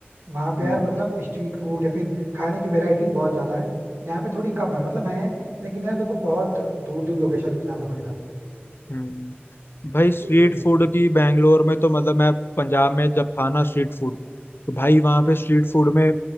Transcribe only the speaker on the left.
हम्म
हम्म। भाई स्ट्रीट
फूड की बैंगलोर में तो मतलब मैं पंजाब में जब था ना स्ट्रीट फूड तो भाई वहाँ पे स्ट्रीट फूड में